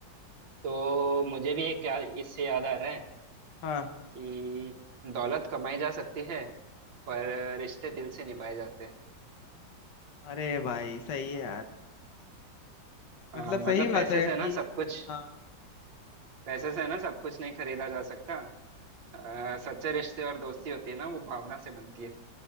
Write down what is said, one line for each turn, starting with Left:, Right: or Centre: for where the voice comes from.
Right: तो मुझे भी एक याद- इससे याद आ रहा है
Left: हाँ
Right: कि दौलत कमाई जा सकती है पर रिश्ते दिल से निभाए जाते हैं
Left: अरे भाई सही है यार
Right: हाँ
Left: मतलब
Right: मतलब
Left: सही बात
Right: पैसे
Left: है
Right: से
Left: कि
Right: ना सब कुछ
Left: हाँ
Right: पैसे से ना सब कुछ नहीं खरीदा जा सकता अ, सच्चे रिश्ते और दोस्ती होती है ना वो भावना से बनती है